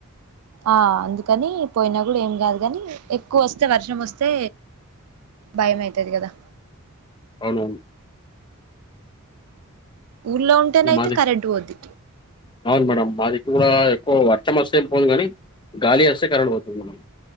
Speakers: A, on the right; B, on the left.
A: ఆ అందుకని పోయినా కూడా ఏం కాదు కాని ఎక్కువ వస్తే వర్షం వస్తే భయమయితది కదా
B: అవును
A: ఊర్లో ఉంటేనయితే
B: ఇగ మాది
A: కరెంట్ పోద్ది
B: అవును మేడమ్ మాది ఇ కూడా ఎక్కువ వర్షం వస్తే ఏం పోదు కాని గాలి ఏస్తే కరెంట్ పోతుంది మేడమ్.